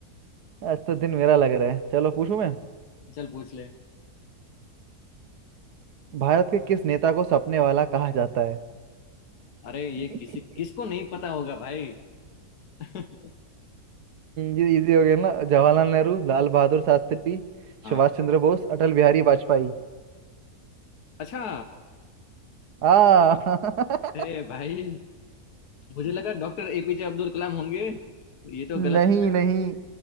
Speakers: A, on the right (about 80°); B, on the left (about 70°).
A: आज तो दिन मेरा लग रहा है चलो पूछूं मैं
B: चल पूछ ले
A: भारत के किस नेता को सपने वाला कहा जाता है
B: अरे ये
A: हम्म,
B: किसी किसको नहीं पता होगा भाई <laughs>
A: ये इजी हो गया ना जवाहरलाल नेहरू लाल बहादुर शास्त्री
B: हाँ
A: सुभाष चंद्र बोस अटल बिहारी वाजपेयी
B: अच्छा
A: आ <laughs>
B: ए भाई मुझे लगा डॉक्टर एपीजे अब्दुल कलाम होंगे ये तो गलत
A: नहीं
B: हो गया
A: नहीं